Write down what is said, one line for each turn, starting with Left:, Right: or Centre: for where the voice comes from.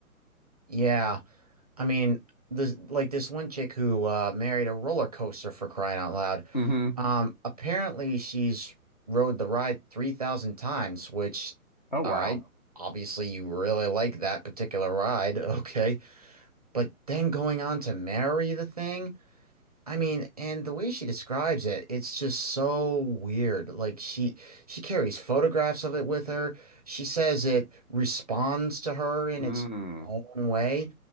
Right: Yeah, I mean this like this one chick who uh, married a roller coaster for crying out loud.
Left: hmm
Right: Um, apparently she's rode the ride three thousand times, which,
Left: Oh wow.
Right: all right, obviously you really like that particular ride. <laughs> Okay. But then going on to marry the thing, I mean, and the way she describes it, it's just so weird. Like she she carries photographs of it with her. She says it responds to her in
Left: Mm.
Right: its own way.